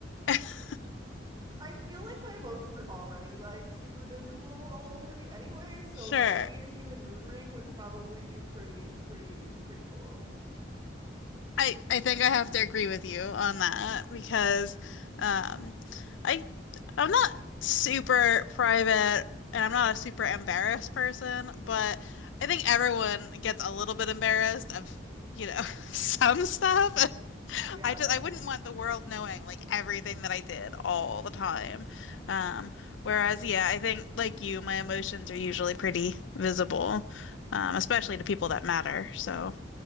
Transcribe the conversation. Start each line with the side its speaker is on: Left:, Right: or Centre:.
Left: <laughs>
Right: I feel like my emotions are already like super visible all over me anyway, so
Left: Sure.
Right: like being a human mood ring would probably be pretty, pretty, pretty cool.
Left: I I think I have to agree with you on that because um I I'm not super private and I'm not a super embarrassed person, but I think everyone gets a little bit embarrassed of, you know, <laughs> some stuff.
Right: Yeah,
Left: I just I wouldn't want the world knowing like everything that I did all the time. Um whereas yeah, I think like you, my emotions are usually pretty visible, um especially to people that matter. So